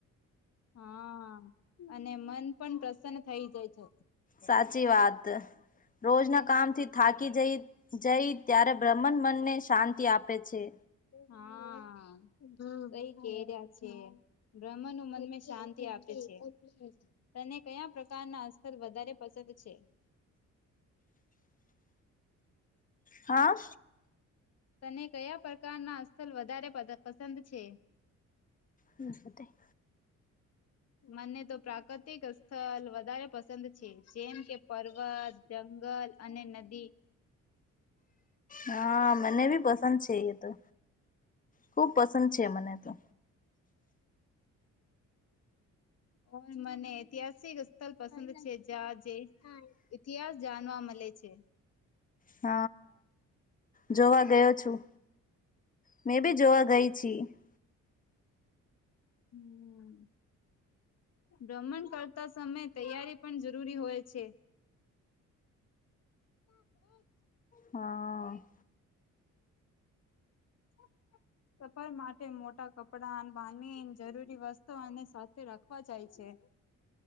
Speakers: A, on the left; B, on the left.
A: હા અને મન પણ પ્રસન્ન થઈ જાય છે
B: સાચી વાત રોજના કામથી થાકી જઈ જઈ ત્યારે ભ્રમણ મનને શાંતિ આપે છે
A: હા કે રહ્યા છે ભ્રમણ નું મન શાંત આપે છે તને કયા પ્રકારના અથર વધારે પસંદ છે.
B: હા.
A: તને કયા પ્રકારના સ્થલ વધારે પસંદ છે.
B: નાતે <inaudible>
A: મને તો પ્રાકૃતિક સ્થળ વધારે પસંદ છે જેમ કે. પર્વત જંગલ અને નદી.
B: હા મને બી પસંદ છે એ તો ખુબ પસંદ છે મને તો.
A: હમ મને ઐતિહાસિક. તલ પસંદ છે, જા જે ઇતિહાસ જાનવા મલે છે.
B: હ, જોવા ગયો છું, મેં બી જોવા ગઈ. છી <unintelligible> <inaudible>
A: હમ, ભ્રમણ કરતા સમેય તૈયારી પણ જરૂરી હોય છે. બેચ
B: હ,
A: <inaudible> <unintelligible> સફર માટે મોટા કપડા ન બાની ન જરૂરી વસ્તુ અને સાથે રાખવા જાય છે.